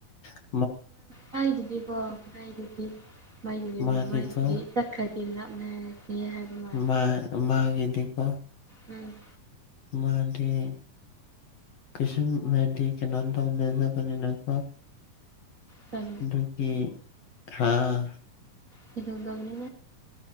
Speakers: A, on the left; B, on the right.
A: ꯍ
B: ꯊꯒꯤꯗꯤꯀꯣ ꯃꯒꯤꯗꯤ ꯃꯥꯒꯤꯗꯤ
A: ꯃꯥꯗꯤꯀꯣ
B: ꯃꯥꯒꯤꯗꯤ ꯆꯛꯈ꯭ꯔꯗꯤ ꯂꯥꯞꯅꯔꯅꯤ ꯍꯥꯏꯕ ꯃꯥꯦ
A: ꯃꯥ ꯃꯥꯒꯤꯤꯗꯤꯀ
B: ꯎꯝ
A: ꯃꯥꯗꯤ ꯀꯩꯁ ꯃꯗꯤ ꯀꯅꯥꯗꯅꯤ ꯅꯀ
B: ꯆꯝ
A: ꯑꯗꯨꯒꯤ ꯍꯥꯥ
B: ꯁꯤꯗꯕꯅ